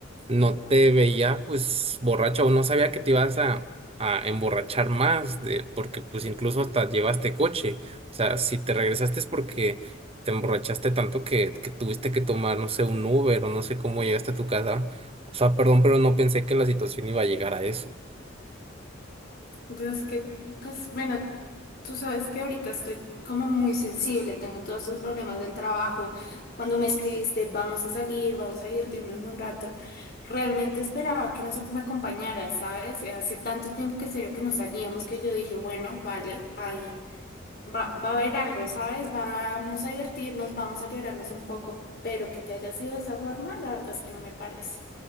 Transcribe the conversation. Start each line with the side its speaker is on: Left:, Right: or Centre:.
Right: no te veía pues borracha o no sabía que te ibas a, a emborrachar más, de- porque pues incluso hasta llevaste coche. O sea, si te regresaste es porque te emborrachaste tanto que, que tuviste que tomar, no sé, un Uber o no sé cómo llegaste a tu casa. O sea, perdón, pero no pensé que la situación iba a llegar a eso.
Left: Entonces que, pues bueno, tú sabes que ahorita estoy como muy sensible, tengo todos estos problemas del trabajo. Cuando me escribiste, vamos a salir, vamos a divertirnos un rato, realmente esperaba que nos, me acompañaras, ¿sabes? Eh, Hace tanto tiempo que en serio que no salíamos que yo dije, bueno, vale, ahí va, va a haber algo, ¿sabes? Vamos a divertirnos, vamos a liberarnos un poco, pero que te haya sido de esa forma, la verdad es que no me parece.